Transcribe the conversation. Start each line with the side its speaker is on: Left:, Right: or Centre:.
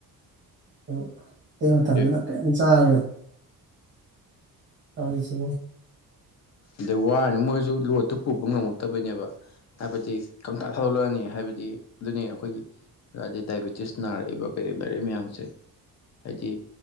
Right: ꯑ ꯀꯩ ꯃꯇ
Left: ꯑꯗꯩ
Right: ꯃꯇꯝꯗꯖꯒ ꯇ ꯁ
Left: ꯑꯗꯩ ꯋꯥꯔꯅꯤ ꯃꯣꯏꯁꯨ ꯂꯣꯠꯇꯨ ꯄꯨꯕ ꯉꯝꯃꯛꯇꯕꯩꯅꯦꯕ ꯍꯥꯏꯕꯗꯤ ꯀꯪꯇꯥꯥ ꯊꯥꯗꯣꯛꯂꯛꯑꯅꯤ ꯍꯥꯏꯕꯗꯤ ꯑꯗꯨꯅꯦ ꯑꯩꯈꯣꯏꯒꯤꯩ ꯗꯥꯏꯕꯤꯦꯇꯤꯁ ꯅꯥꯔꯛꯏꯕ ꯀꯩꯗ ꯂꯩꯔꯛꯏꯕ ꯃꯌꯥꯝꯁꯦ ꯍꯥꯏꯗꯤ